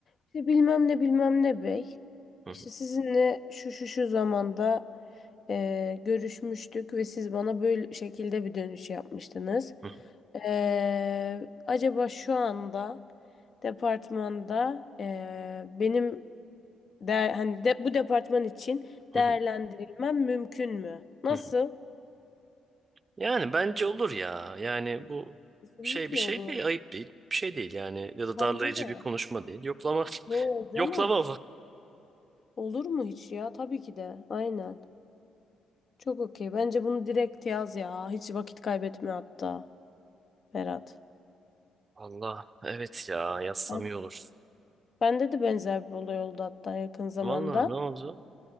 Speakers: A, on the left (about 45°); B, on the right (about 35°).
A: İşte bilmem ne bilmem ne bey.
B: hı,
A: İşte sizinle şu şu şu zamanda eee, görüşmüştük ve siz bana böyle şekilde bir dönüş yapmıştınız.
B: hı, hı,
A: Eee, acaba şu anda departmanda eee, benim de, hani de, bu departman için
B: hı,
A: değerlendirilmem mümkün mü? Nasıl?
B: hı. hı. Yani bence olur ya. Yani bu
A: Kesinlikle
B: şey bir şey
A: olur.
B: değil, ayıp değil. Bir şey değil yani ya da
A: Bence
B: darlayıcı
A: de.
B: bir konuşma değil. Yoklama
A: Yo
B: <laughs>
A: canım.
B: yoklama
A: Olur mu hiç ya? Tabii ki de. Aynen. Çok okey. Bence bunu direkt yaz ya. Hiç vakit kaybetme hatta Berat.
B: Allah evet ya yazsam
A: Ben-
B: iyi olur.
A: Bende de benzer bir olay oldu hatta yakın zamanda.
B: Vallahi ne oldu?